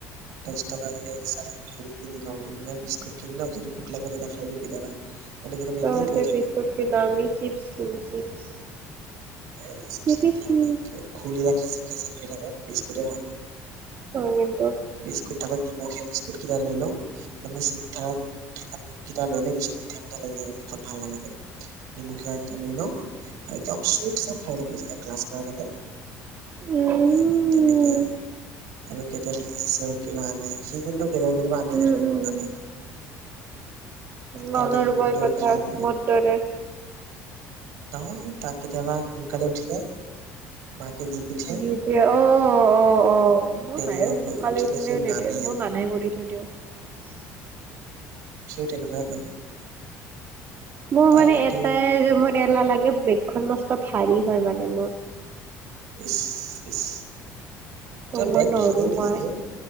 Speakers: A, on the right (about 75°); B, on the right (about 40°).
A: দহটা বাজি যায় পইচা থাকিলে হেৰি কিনি লয় বিস্কুট কিনি লয় যদি ভোক লাগে তেতিয়া খাই দিওঁ কেতিয়াবা নহ'লে কেতিয়াবা
B: ততে
A: এনেই পৰি থাকে
B: বিস্কুট কিনা দামী চিপছ কিনো চিপছ <unintelligible>
A: এই চিপি
B: চি
A: কিনি
B: বি
A: লাভ
B: চি
A: নাই খুলিলে খেচে হৈ থাকে বিস্কুটে ভাল
B: হয় কিন্তু
A: বিস্কুট তাকো নিমখ খে বিস্কুট কেইটা লৈ লওঁ মানে চেনি থ থ কেইটা ললে পিছত মিঠাই মিঠাই লাগি থাকেন ভাল নালাগে নেমুখিয়াক কেইটা লৈ লওঁ আৰু একদম চ চব খাই থাকো যেতিয়া ক্লাছ কৰা থাকে
B: উম
A: আৰু তেনেকেই
B: উম
A: আৰু কেতিয়াবা এছেও কিবা আনে সি কিন্তু কেতিয়াবা কেতিয়াবা আনে
B: উম
A: কেতিয়াবা কেতিয়াবা
B: উম।
A: নানে তাৰ
B: মনৰোৰবৰ
A: টিফিন কিন্তু
B: কথা
A: খাই বহুত
B: মোৰ দৰে <unintelligible>
A: নহয় ত কেতিায়াবা সোনকালে উঠিলে মাকে দি পঠিয়াই
B: দিওটি অ অ অ অ মোৰ
A: দেৰিকে
B: বায়ে সোনকালে
A: প- উঠিলে
B: উঠিলেও
A: সি নানেই
B: নিদে মই
A: আৰু
B: মানহ কৰি থৈ দিওঁ <unintelligible>
A: সি তেনেকুৱাই কৰে
B: মোৰ
A: তাৰ
B: মানে
A: কিন্তু
B: এটাই যে ম নালাগে বেগখন মস্ত ভাৰী হয় মানে মোৰ
A: ইফ ইফ
B: ত
A: তই
B: মই
A: বেগ
B: নৰো
A: ভাৰি নেকি
B: মই